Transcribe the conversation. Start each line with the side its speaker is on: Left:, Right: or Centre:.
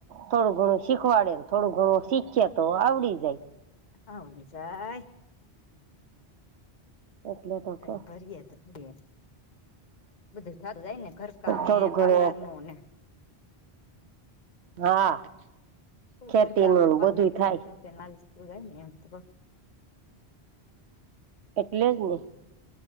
Right: થોડું ઘણું શીખવાડે ને થોડું ઘણું શીખી તો આવડી જાય
Left: આવડી જાય
Right: એટલે તો
Left: ટાઈમ
Right: કહ
Left: ભરીએ તો ત્યાં બધું સારું જાય ને ઘરકામને
Right: થોડું ઘણું
Left: પાર્લર નું ને
Right: હા. ખેતી
Left: ઘરકામ
Right: નું
Left: ને પાલર
Right: બધું
Left: નુ
Right: થાય
Left: ના જાય ને એમ તો
Right: એટલે જ ને